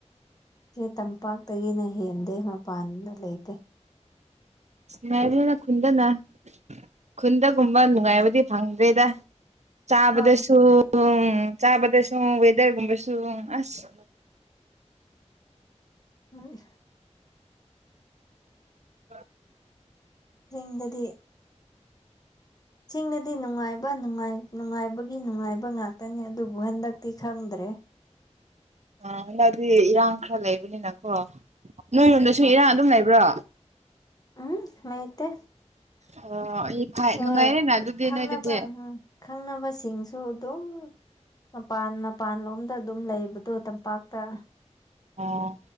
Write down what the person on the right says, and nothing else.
ꯃꯅ ꯈꯨꯟꯗꯅ ꯈꯨꯟꯗꯒꯨꯝꯕ ꯅꯨꯡꯉꯥꯏꯕꯗꯤ ꯐꯪꯗ꯭ꯔꯦꯗ ꯆꯥꯕꯗꯁꯨ
ꯎ ꯆꯥꯕꯗꯁꯨ ꯦꯗꯔꯒꯨꯝꯕꯁꯨ ꯑꯁ
ꯑ
ꯑꯥ ꯍꯟꯗꯛꯗꯤ ꯏꯔꯥꯡ ꯈꯔ ꯂꯩꯕꯅꯤꯅꯀꯣ ꯅꯣꯏꯔꯣꯝꯗꯁꯨ ꯏꯔꯥꯡ ꯑꯗꯨꯝ ꯂꯩꯕ꯭ꯔꯣ
ꯑꯣ ꯑꯩ ꯐꯥꯏ
ꯅꯨꯡꯉꯥꯏꯔꯦꯅ ꯑꯗꯨꯗꯤ
ꯅꯣꯏꯗꯗꯤ
ꯑꯣ